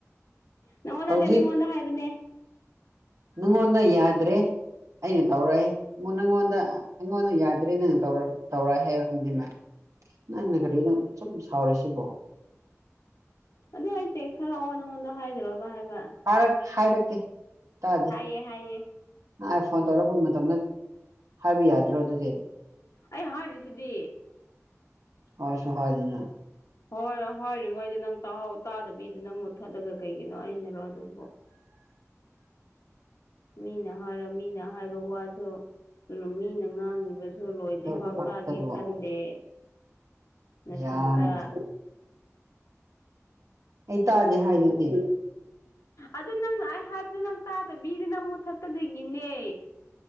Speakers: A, on the left; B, on the right.
A: ꯅꯪꯉꯣꯟ
B: ꯍꯧꯖꯤꯛ
A: ꯅꯠꯇꯦ ꯃꯤꯉꯣꯟꯗ ꯍꯥꯏꯕꯅꯦ
B: ꯅꯪꯉꯣꯟꯗ ꯌꯥꯗ꯭ꯔꯦ ꯑꯩꯅ ꯇꯧꯔꯛꯑꯦ ꯅꯪꯉꯣꯟꯗ ꯑꯩꯉꯣꯟꯗ ꯌꯥꯗ꯭ꯔꯦ ꯅꯪ ꯇꯧꯔꯑꯦ ꯍꯥꯏꯕ ꯈꯪꯗꯅ ꯅꯪꯅ ꯀꯔꯤꯅꯣ ꯑꯁꯨꯝ ꯁꯥꯎꯔꯤ ꯁꯤꯕꯣ
A: ꯑꯗꯨ ꯑꯩ ꯇꯦꯛꯁ ꯊꯥꯔꯛꯑꯣ ꯅꯪꯉꯣꯟꯗ ꯍꯥꯏꯗ꯭ꯔꯣꯕ ꯍꯥꯏꯕ
B: ꯊꯥꯔꯛ ꯍꯥꯏꯔꯛꯇꯦ ꯇꯥꯗꯦ
A: ꯍꯥꯏꯌꯦ ꯍꯥꯏꯌꯦ
B: ꯑꯥꯏ ꯐꯣꯟ ꯇꯧꯔꯛꯄ ꯃꯇꯝꯗ ꯍꯥꯏꯕ ꯌꯥꯗ꯭ꯔꯣ ꯑꯗꯨꯗꯤ
A: ꯑꯩ ꯍꯥꯏꯔꯤꯁꯤꯗꯤ
B: ꯍꯣꯏꯁꯨ ꯍꯥꯢꯗꯅ
A: ꯍꯣꯏ ꯍꯥꯢꯗ꯭ꯔꯤꯉꯩꯗ ꯅꯪꯍ ꯇꯥꯗꯕꯤꯗ ꯅꯪ ꯃꯨꯠꯊꯠꯂꯒ ꯀꯩꯒꯤꯅꯣ ꯑꯩꯅꯔꯣ ꯑꯗꯨꯕꯨ
B: <inaudible>
A: ꯃꯤꯅ ꯍꯥꯏꯔ ꯃꯤꯅ ꯍꯥꯏꯕ ꯋꯥꯁꯨ ꯃꯤꯅ ꯉꯥꯡꯉꯤꯕꯗꯨ ꯂꯣꯏꯗ꯭ꯔꯤꯐꯥꯎ
B: ꯑꯗꯨꯕꯨ
A: ꯇꯥꯒꯦ ꯈꯟꯗꯦ ꯅꯊꯟꯇ
B: ꯌꯥꯝꯅ ꯑꯩ ꯇꯥꯗꯦ
A: ꯅꯊꯟ
B: ꯍꯥꯏꯗꯨꯗꯤ
A: ꯍꯦ ꯑꯗꯨ ꯅꯪꯅ ꯑꯩ ꯍꯥꯏꯕꯗ ꯅꯪ ꯇꯥꯗ ꯕꯤꯗ ꯅꯪ ꯃꯨꯠꯊꯠꯄꯗꯨꯒꯤꯅꯦ